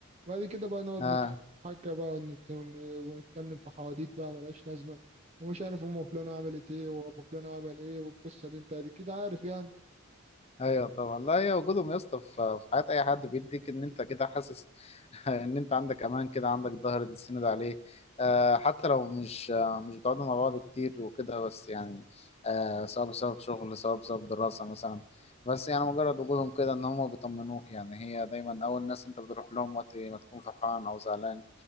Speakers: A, on the right (about 30°); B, on the left (about 30°).
A: بعد كده بقى نقعد
B: اه
A: نتحكى بقى ونت... ون- ونتكلم في حواديت بقى ملهاش لازمة ومش عارف أم فلانة عملت ايه وأبو فلان عمل ايه والقصة دي أنت أكيد عارف يعني
B: ايوه طبعا لا هي وجودهم يا اسطى في في حياه اي حد بيديك ان انت كده حاسس <laughs> ان انت عندك امان كده عندك ظهر تتسند عليه آه حتى لو مش آه مش بتقعدوا مع بعض كتير وكده بس يعني آه سواء بسبب شغل سواء بسبب دراسه مثلا بس يعني مجرد وجودهم كده ان هم بيطمنوك يعني هي دايما اول ناس انت بتروح لهم وقت ما تكون فرحان او زعلان